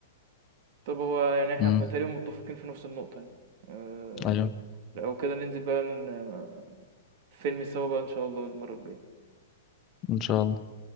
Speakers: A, on the right; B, on the left.
A: طب هو يعني إحنا
B: مم.
A: كنا تقريبا متفقين في نفس النقطة يعني آه،
B: أيوه
A: لو كده ننزل بقى ن- فيلم سوا بقى إن شاء الله المرة الجاية
B: إن شاء الله